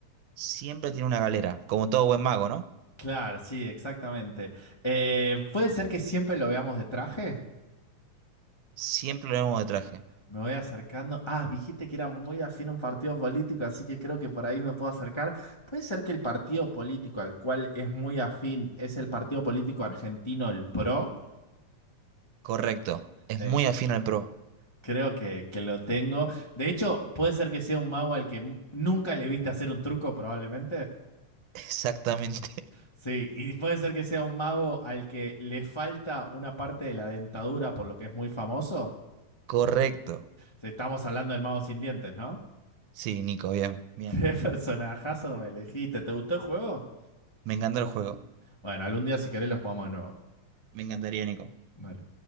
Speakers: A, on the right (about 80°); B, on the left (about 35°).
A: Siempre tiene una galera, como todo buen mago, ¿no?
B: Claro, sí, exactamente. Eh, ¿puede ser que siempre lo veamos de traje?
A: Siempre lo vemos de traje.
B: Me voy acercando. Ah, dijiste que era muy afín a un partido político, así que creo que por ahí me puedo acercar. ¿Puede ser que el partido político al cual es muy afín es el partido político argentino, el PRO?
A: Correcto. Es
B: Eh,
A: muy afín al pro.
B: creo que, que lo tengo. De hecho, puede ser que sea un mago al que m- nunca le viste hacer un truco, probablemente.
A: <laughs> Exactamente.
B: Sí, y puede ser que sea un mago al que le falta una parte de la dentadura, por lo que es muy famoso.
A: <laughs> Correcto.
B: Sí, Estamos hablando del mago sin dientes, ¿no?
A: Sí, Nico, bien, bien.
B: <laughs> ¿Qué personajazo me elegiste? ¿Te gustó el juego?
A: Me encantó el juego.
B: Bueno, algún día si querés lo jugamos de nuevo.
A: Me encantaría, Nico.
B: Dale.